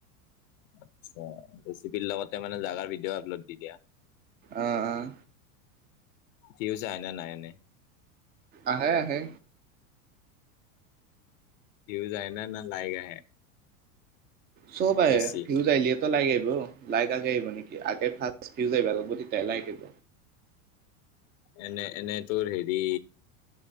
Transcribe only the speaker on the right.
আহ আহ!
আহে আহে।
চব আহে
ভিয়োজ আহিলে। লাইক আহিব লাইক আগে আহিব নেকি আগে ফাষ্ট ফিউজ আহিব তেতিয়াহে লাইক আহিব।